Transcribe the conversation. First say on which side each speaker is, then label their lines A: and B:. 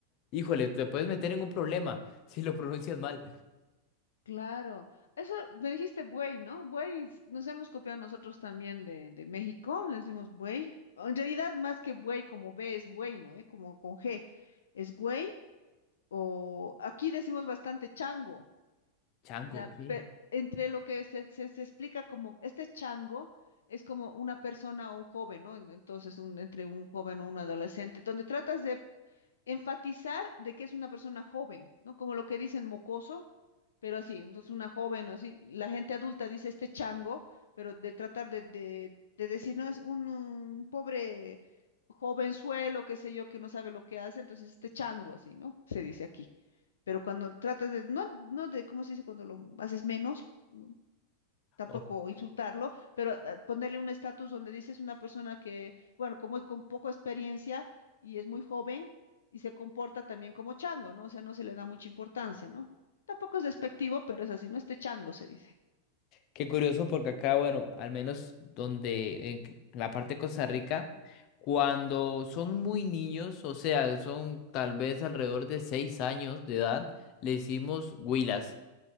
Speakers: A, on the left; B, on the left.
A: híjole, te puedes meter en un problema si lo <laughs> pronuncias mal.
B: claro. Eso me dijiste buey, ¿no? Buey, s- nos hemos copiado nosotros también de, de México, le decimos buey. O En realidad, más que buey, como B es buey, ¿no? ¿Eh? Como con G, es güey. O aquí decimos bastante chango.
A: Chango,
B: O sea,
A: ¿qué?
B: pe- entre lo que se, se- se explica como este chango es como una persona o un joven, ¿no? En- Entonces, un, entre un joven o un adolescente, donde tratas de enfatizar de que es una persona joven, ¿no? Como lo que dicen mocoso, pero así, entonces una joven o así, la gente adulta dice este chango, pero de tratar de, de, de decir, no, es un, un pobre jovenzuelo, qué sé yo, que no sabe lo que hace, entonces este chango, así, ¿no? Se dice aquí. Pero cuando tratas de, no, no de, ¿cómo se dice? Cuando lo haces menos, ¿no? tampoco
A: Ok,
B: insultarlo, pero ah, ponerle un estatus donde dices una persona que, bueno, como es con poca experiencia y es muy joven y se comporta también como chango, ¿no? O sea, no se le da mucha importancia, ¿no? Tampoco es despectivo, pero es así, no este chango se dice.
A: Qué curioso porque acá, bueno, al menos donde en c- la parte de Costa Rica, cuando son muy niños, o sea, son tal vez alrededor de seis años de edad, le decimos huilas.